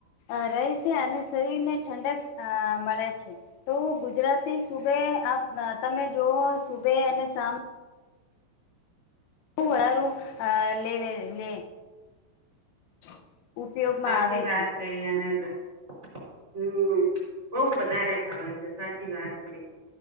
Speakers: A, on the left (about 80°); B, on the right (about 15°).
A: અ રહે છે અને શરીર ને ઠંડક અ મળે છે તો ગુજરાતી સુબહ તમે જોવો સુબહ અને શામ હ વરાારું આ લે લે <inaudible>
B: સાચી
A: આવે
B: વાત
A: છે.
B: કઈ એને તો હમ બઉ વધારે ખાવે છે સાચી વાત કરી.